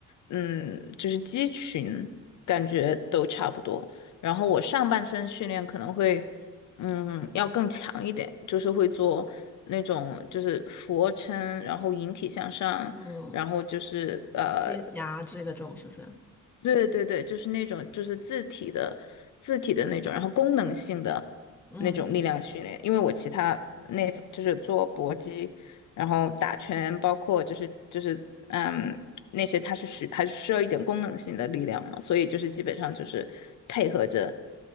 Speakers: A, on the left; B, in the centre.
A: 嗯，就是肌群感觉都差不多。然后我上半身训练可能会。嗯，要更强一点，就是会做那种就是俯卧撑，然后引体向上，
B: 嗯，
A: 然后就是呃，
B: 接夹之类的这种是不是？
A: 对对对，就是那种就是自体的自体的那种，然后功能性的那种力量训练。
B: 嗯。
A: 因为我其他那就是做搏击，然后打拳，包括就是就是嗯那些，它是需还是需要一点功能性的力量嘛，所以就是基本上就是配合着